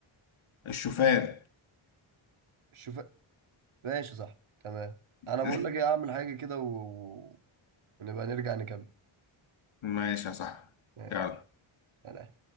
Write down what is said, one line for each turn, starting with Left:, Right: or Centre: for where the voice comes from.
Left: الشوفان
Right: شوف ماشي صح تمام انا بقول
Left: <laughs>
Right: لك ايه اعمل حاجه كده و... و- ونبقى نرجع نكمل
Left: ماشي يا صاحبي
Right: ماشي،
Left: يلا
Right: سلام